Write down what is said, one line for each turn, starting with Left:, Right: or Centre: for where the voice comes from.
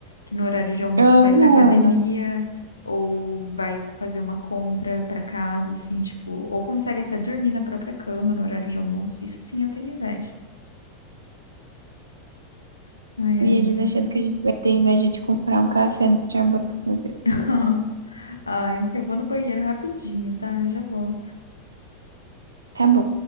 Left: Que no horário de almoço
Right: Aham.
Left: vai pra academia ou vai fazer uma compra pra casa, assim, tipo, ou consegue até dormir na própria cama no horário de almoço. Isso sim, eu tenho inveja. Ai,
Right: E
Left: amiga.
Right: eles achando que a gente vai ter inveja de comprar um café no Starbucks, meu Deus.
Left: <laughs> Ai, eu vou no banheiro rapidinho, tá? Eu já volto.
Right: Tá bom.